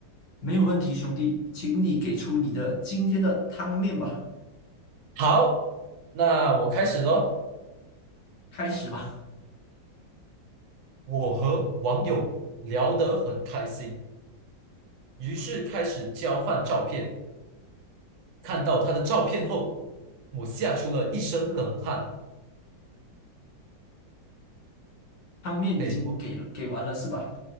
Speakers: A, on the left; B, on the right.
A: 没有问题，兄弟，请你给出你的今天的汤面吧，
B: 好，那我开始喽。
A: 开始吧。
B: 我和网友聊得很开心，于是开始交换照片。看到他的照片后，我吓出了一身冷汗。
A: 汤面已经给了，
B: 给我，
A: 给完了是吧？